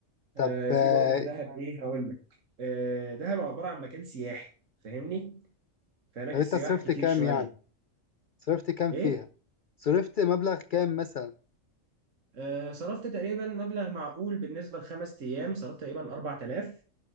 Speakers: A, on the left; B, on the right.
A: طب
B: آه،
A: آه،
B: في برضه في دهب إيه هقول لك آه، دهب عبارة عن مكان سياحي فاهمني فهناك
A: طب
B: السياح
A: انت صرفت
B: كتير
A: كام
B: شوية
A: يعني؟ صرفت كام
B: إيه
A: فيها؟ صرفت مبلغ كام مثلا؟
B: آه، صرفت تقريبا مبلغ معقول بالنسبة لخمس أيام صرفت تقريبا 4000